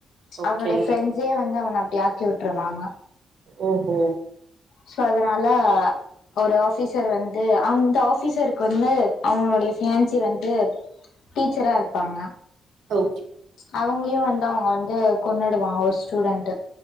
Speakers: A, on the right; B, on the left.
A: ஓகே
B: அவனோட ஃபிரெண்ட்ஸே வந்து அவன அப்டி ஆக்கி உட்ருவாங்க.
A: ஓஹோ
B: சோ அதனால ஒரு ஆஃபீசர் வந்து அந்த ஆஃபீசருக்கு வந்து அவனுடைய ஃபியான்சி வந்து டீச்சரா இருப்பாங்க
A: ஓ
B: அவங்களயு வந் து அவ வந்து கொன்னுடுவா ஒரு ஸ்டூடெண்ட்டு.